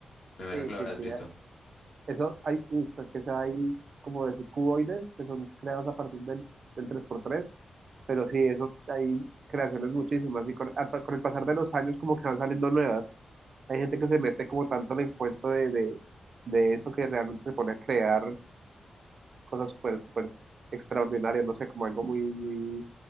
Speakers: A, on the left; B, on the right.
A: Me imagino
B: Sí,
A: que lo
B: sí,
A: habrás
B: sí.
A: visto.
B: eh. Eso hay, uy, es que se hay como decir cuboides que son creados a partir del, del 3x3, pero sí, eso hay creaciones muchísimas y con, hasta con el pasar de los años como que van saliendo nuevas. Hay gente que se mete como tanto en el cuento de, de, de eso que realmente se pone a crear cosas súper, súper extraordinarias, no sé, como algo muy, muy,